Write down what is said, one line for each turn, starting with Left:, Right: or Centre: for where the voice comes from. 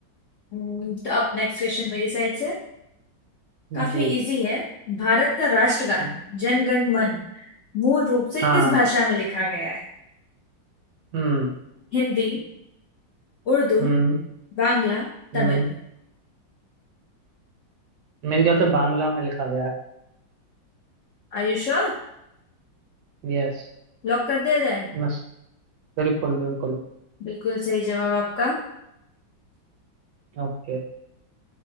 Left: हम्म, तो अब नेक्स्ट क्वेश्चन मेरी साइड से काफी
Right: जी
Left: इजी है भारत का राष्ट्रगान
Right: हम्म,
Left: जन गण मन मूल रूप से
Right: हाँ
Left: किस भाषा में लिखा गया है
Right: हम्म
Left: Hindi Urdu
Right: हम्म
Left: Bangla Tamil
Right: हम्म मेरे ख्याल से बांग्ला में लिखा गया
Left: Are you sure
Right: है यस
Left: Lock कर दिया जाए
Right: बस बिल्कुल बिल्कुल
Left: बिल्कुल सही जवाब आपका
Right: ओके